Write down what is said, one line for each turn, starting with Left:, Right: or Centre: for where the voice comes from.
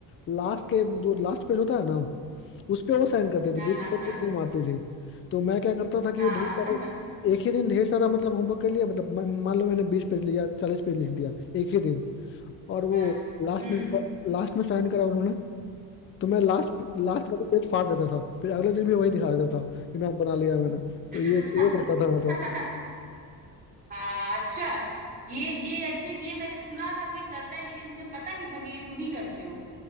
Left: लास्ट के जो लास्ट पेज होता है ना उस पे वो साइन करती थी
Right: हाँ
Left: बीच
Right: हाँ
Left: में
Right: हाँ
Left: वो नहीं मारती थी तो मैं क्या करता था कि
Right: हाँ
Left: वो ढेर सारे
Right: हाँ
Left: एक ही दिन ढेर सारा मतलब होमवर्क कर लिया मतलब मैं- मान लो मैंने बीस पेज लिया चालीस पेज लिख दिया एक ही दिन और वो
Right: हाँ,
Left: लास्ट
Right: हम्म
Left: में लास्ट में साइन करा उन्होंने तो मैं लास्ट लास्ट वाला पेज फाड़ देता था फिर अगले दिन भी वही दिखा देता था कि मैं बना लिया मैंने तो
Right: हाँ
Left: ये ये करता था मैं तो
Right: <laughs> आ, अच्छा ये ये अच्छा ये मैंने सुना था कोई करता है लेकिन मुझे पता नहीं था कि ये तुम ही करते हो